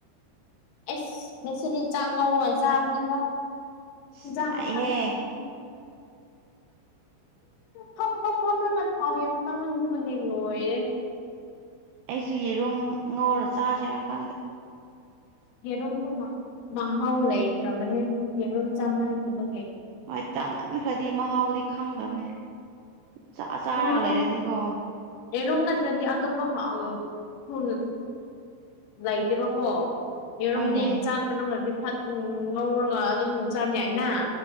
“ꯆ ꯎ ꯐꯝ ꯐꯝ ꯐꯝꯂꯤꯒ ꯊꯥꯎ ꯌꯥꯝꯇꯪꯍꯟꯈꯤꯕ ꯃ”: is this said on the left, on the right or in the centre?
Left